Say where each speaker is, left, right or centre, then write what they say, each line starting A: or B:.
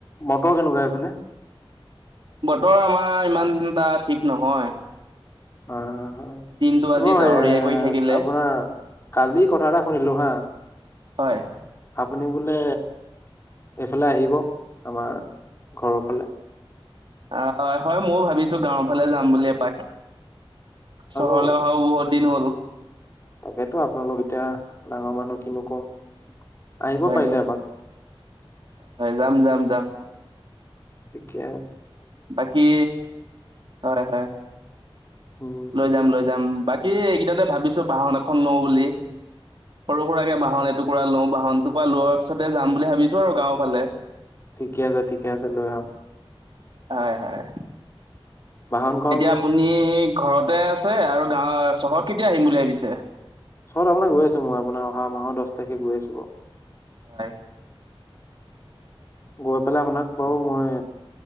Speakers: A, on the left; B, on the right.
A: বতৰ কেনেকুৱা এইফালে?
B: বতৰ আমাৰ ইমানটা ঠিক নহয়।
A: অ'।
B: দিনটো আজি
A: মই
B: ডাৱৰীয়া
A: এ
B: কৰি থাকিলে
A: আপোনাৰ, কালি কথা এটা শুনিলো হা
B: হয়
A: আপুনি বোলে এইফালে আহিব, আমাৰ ঘৰৰ ফালে।
B: অ' হয়-হয় ময়ো ভাবিছো গাঁৱৰ ফালে যাম বুলি এপাক। চহৰলে
A: অ
B: অহাও বহুত দিন হ'ল
A: তাকেতো আপোনালোক এতিয়া ডাঙৰ মানুহ কিনো কম। আহিব
B: হয়
A: পাৰিলে
B: নি,
A: এপাক
B: হয় যাম-যাম-যাম।
A: ঠিকেই
B: বাকি হয় হয়
A: উম
B: লৈ যাম লৈ যাম বাকী এইকেইদিনতে ভাবিছো বাহন এখন লও বুলি সৰু সুৰাকে বাহন এটুকুৰা লও বাহন এটুকুৰা লোৱাৰ পিছতে যাম বুলি ভাবিছো আৰু গাঁও ফালে
A: ঠিকে আছে ঠিকে আছে লৈ আহক
B: হয় হয়
A: বাহনখন
B: এতিয়া আপুনি ঘৰতে আছে আৰু গাঁৱ চহৰত কেতিয়া আহিম বুলি ভাবিছে?
A: চহৰত আপোনাৰ গৈ আছো মই আপোনৰ অহা মাহ দহ তাৰিখে গৈ আছো বাও।
B: হয়
A: গৈ পেলাই আপোনাক বাৰু মই